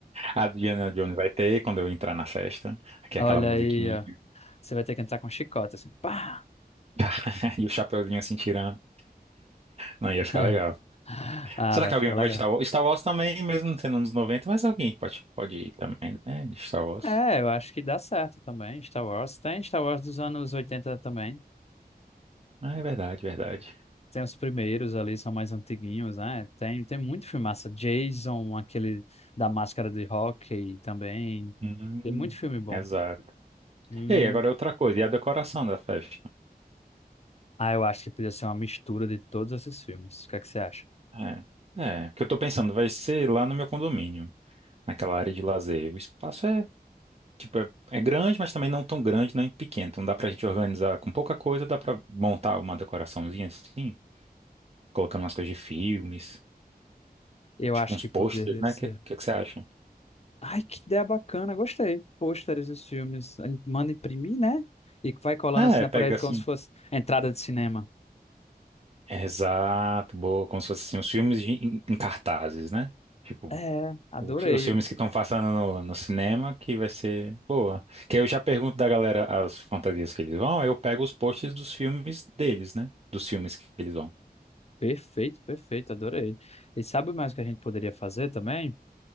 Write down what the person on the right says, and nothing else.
A Diana Jones vai ter quando eu entrar na festa. Aqui é
aquela musiquinha
<laughs> e o chapeuzinho assim tirando. Não, ia
ficar legal.
Será
que
alguém vai
de Star Wars? Star Wars também, mesmo sendo anos 90? mas alguém pode, pode ir também, né? De Star Wars.
Ah, é verdade, verdade.
Hum,
exato.
Ei, agora é outra coisa, e a decoração da festa?
É, é, porque eu tô pensando, vai ser lá no meu condomínio, naquela área de lazer. O espaço é, tipo, é, é grande, mas também não tão grande, nem pequeno. Então dá pra gente organizar com pouca coisa, dá pra montar uma decoraçãozinha assim, colocando umas coisas de filmes,
tipo
uns
posters,
né?
O que, que, que você acha?
É,
pega
assim.
Exato, boa, como se fosse assim, os filmes de- em, em cartazes, né? Tipo,
o fi- os filmes que estão passando no, no cinema, que vai ser boa. Que aí eu já pergunto da galera as fantasias que eles vão, aí eu pego os posts dos filmes deles, né? Dos filmes que eles vão.